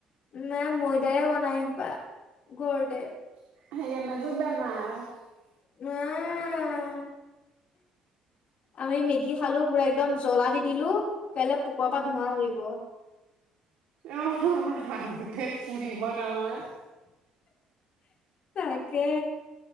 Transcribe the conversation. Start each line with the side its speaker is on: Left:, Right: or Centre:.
Left: নাই ময়দাৰে বনাই এহোপা, ঘৰতে।
Right: <unintelligible>
Left: উম'। আমি মেগি খালো পুৰা একদম জ্বলা দি দিলো। কাইলে পোকৰ পৰা ধোঁৱা উৰিব।
Right: অ', আগতে পুৰিব নহয়।
Left: তাকে।